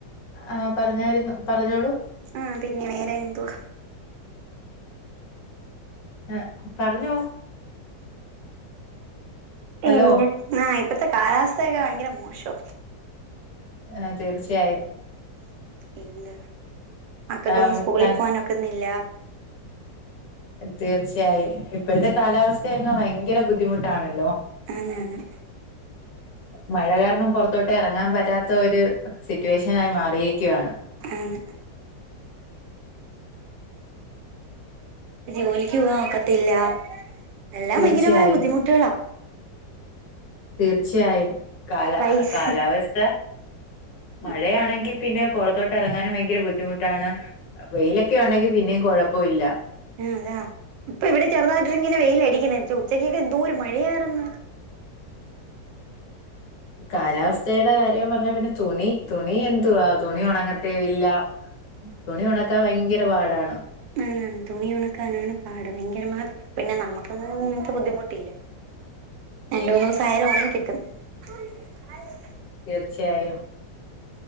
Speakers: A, on the left; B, on the right.
A: ആഹ് പറഞ്ഞായിരുന്നു പറഞ്ഞോളൂ
B: ആഹ് പിന്നെ വേറെ എന്തുവാ
A: ആഹ് പർഞ്ഞോ
B: പിന്നെ
A: ഹലോ
B: ആഹ് ഇപ്പത്തെ കാലാവസ്ഥയൊക്കെ ഭയങ്കര മോശോ
A: ആഹ് തീർച്ചയായും
B: എന്ത് മക്കക്കൊന്നും
A: ആഹ്
B: സ്കൂളിൽ
A: താ
B: പോവാ നൊക്കുന്നില്ല
A: തീർച്ചയായും ഇപ്പഴത്തെ കാലാവസ്ഥയോക്കെ ഭയങ്കര ബുദ്ധിമുട്ടാണല്ലോ?
B: ആന്ന് ആന്ന്
A: മഴ കാരണം പോറത്തോട്ട് എറങ്ങാൻ പറ്റാത്ത ഒരു സിറ്റുവേഷൻ ആയി മാറിയിരിക്കുവാണ്
B: ആന്ന് ജോലിക്ക് പോവാൻ ഒക്കത്തില്ല എല്ലാം
A: തീർച്ചയായും
B: ഭയങ്കരമായ ബുദ്ധിമുട്ടുകളാ
A: തീർച്ചയായും കാല
B: പൈസ
A: കാലാവസ്ഥ മഴയാണെങ്കി
B: ഉം
A: പിന്നെ പോറത്തോട്ട് എറങ്ങാനും ഭയങ്കര ബുദ്ധിമുട്ടാണ് വെയിലൊക്കെ ഉണ്ടെങ്കിൽ പിന്നേം കുഴപ്പല്ല
B: ആതാ ഇപ്പൊ ഇവിടെ ചെറുതായിട്ട് ഇങ്ങനെ വെയില് അടിക്കുന്നെ ഉച്ചക്കൊക്കെ എന്തോരു മഴയായിരുന്ന്
A: കാലാവസ്ഥയുടെ കാര്യം പറഞ്ഞാ പിന്നെ തുണി തുണി എന്തുവാ തുണി ഉണങ്ങത്തേ ഇല്ല തുണി ഒണക്കാൻ ഭയങ്കര പാടാണ്
B: ആന്നാ തുണി ഒണക്കാനാണ് പാട് ഭയങ്കരമായ പിന്നെ നമുക്കൊന്നും അങ്ങൻത്തെ ബുദ്ധിമുട്ടില്ല രണ്ട് മൂന്ന് ദിവസായാലും ഒണെങ്ങി കിട്ടും <unintelligible>
A: തീർച്ചയായും